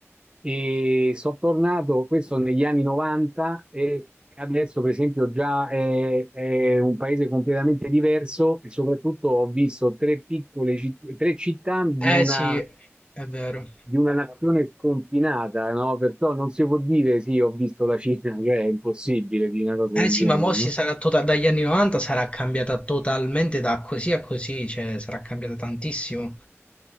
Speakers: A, on the right; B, on the left.
A: e sono tornato, questo negli anni 90 e adesso per esempio già è, è un paese completamente diverso e soprattutto ho visto tre piccole citt- tre città di
B: Eh
A: una
B: sì, è vero.
A: di una nazione sconfinata, no? Perciò non si può dire sì, ho visto la Cina, <laughs> cioè è impossibile di una cosa
B: Eh
A: del
B: sì,
A: genere,
B: ma mo si
A: no?
B: sarà tota- dagli anni 90 sarà cambiata totalmente da così a così, cioè sarà cambiata tantissimo.